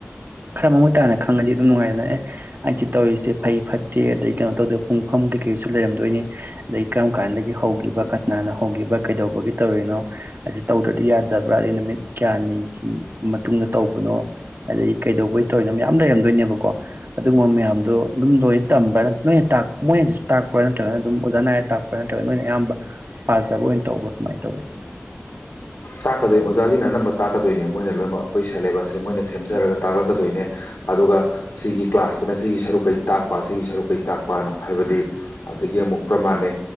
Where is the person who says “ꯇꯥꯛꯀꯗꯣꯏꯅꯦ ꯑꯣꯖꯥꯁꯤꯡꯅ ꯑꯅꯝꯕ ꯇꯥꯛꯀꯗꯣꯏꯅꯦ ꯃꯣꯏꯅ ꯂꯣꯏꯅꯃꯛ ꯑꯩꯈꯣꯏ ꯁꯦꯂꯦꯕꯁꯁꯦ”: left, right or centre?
Left